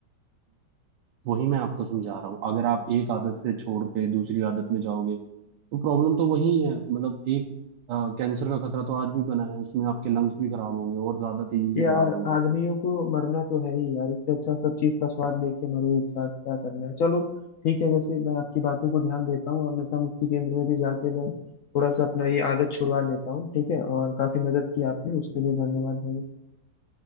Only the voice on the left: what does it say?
यार
आदमियों को मरना तो है ही यार इससे अच्छा सब चीज का स्वाद लेके मरो एक साथ क्या करना है चलो ठीक है वैसे मैं आपकी बातों को ध्यान देता हूँ और नशा मुक्ति केंद्र में भी जाके मैं थोड़ा सा अपना ये आदत छुड़वा लेता हूँ ठीक है और काफी मदद की आपने उसके लिए धन्यवाद भाई